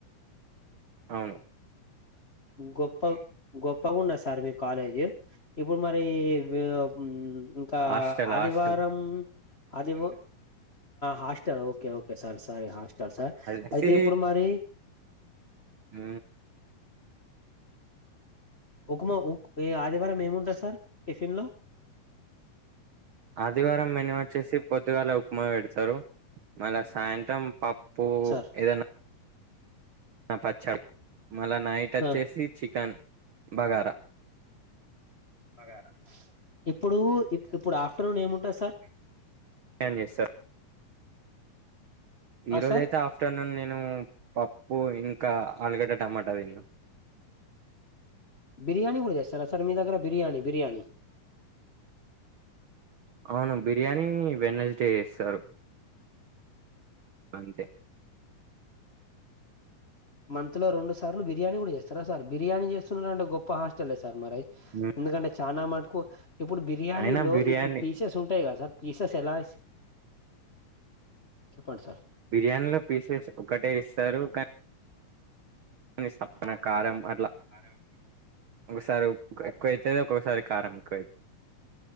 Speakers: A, on the right; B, on the left.
A: అవును
B: గొప్ప గొప్పగా ఉన్నది సార్ మీ కాలేజ్ ఇప్పుడు మరి వియ్ ఉ ఇంకా
A: హాస్టల్
B: ఆదివారం
A: హాస్టల్
B: అది ఒ హాస్టెల్ ఓకే ఓకే స సారీ హాస్టల్ ట సార్
A: అసి
B: అయితే ఇప్పుడు మరి
A: ఉ
B: ఉకుమ ఉక్ ఈ ఆదివారం ఏముంటుంది సార్ టిఫిన్లో
A: ఆదివారం మెను వచ్చేసి పొద్దుగాల ఉప్మాపెడతారు మళ్ళ సాయంత్రం పప్పు
B: సార్
A: ఏదన్న నా పచ్చడి మళ్ళా నైట్ వచ్చేసి
B: ఆ!
A: చికెన్ బగారా
B: బాగారా ఇప్పుడు ఇప్పుడు ఆఫ్టర్నూన్ ఏముంటది సార్
A: ఏం చేస్తారు ఈరోజయితే
B: ఆ సార్
A: ఆఫ ఫ్టర్నూన్ నేను పప్పు ఇంకా ఆలుగడ్డ టమాటా తిన్న
B: బిర్యానీ కూడా చేస్తారా సార్ మీ దగ్గర బిర్యానీ బిర్యానీ
A: అవును బిర్యానీ వెన్నస్డే చేస్తారు అంతే
B: మంత్ లో రెండు సార్లు బిర్యానీ కూడా చేస్తారా సార్ బిర్యానీ చేస్తున్న రంటే గొప్ప హాస్టలే సార్ మరి
A: ఉ
B: ఎందుకంటే చనా మటుకు ఇప్పుడు బిర్యానీలో
A: అయినా బిర్యానీ
B: ఇప్పుడు పీసెస్ ఉంటయి కదా సార్. పీసెస్ ఎలా చెప్పండి సార్.
A: బిర్యానీలో పీసెస్ ఒకటే ఇస్తరు క నీ సప్పనా కారం అట్లా.
B: కారం
A: ఒక్కసారి ఉప్పు ఎక్కువైతది, ఒక్కొక్కసారి కారం ఎక్కువై